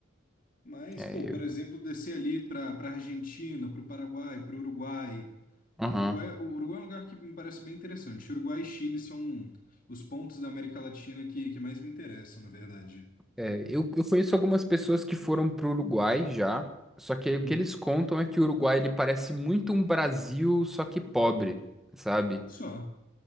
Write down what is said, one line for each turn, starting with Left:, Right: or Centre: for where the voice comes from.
Left: Mas,
Centre: É,
Left: pô,
Centre: eu,
Left: por exemplo, descer ali para para Argentina, para o Paraguai, para o Uruguai.
Centre: Aham.
Left: Uruguai, o Uruguai é um lugar que me parece bem interessante. Uruguai e Chile são os pontos da América Latina que, que mais me interessam, na verdade.
Centre: É, eu, eu conheço algumas pessoas que foram pro Uruguai já, só que aí
Left: Uhum.
Centre: o que eles contam é que o Uruguai ele parece muito um Brasil, só que pobre, sabe?
Left: Só.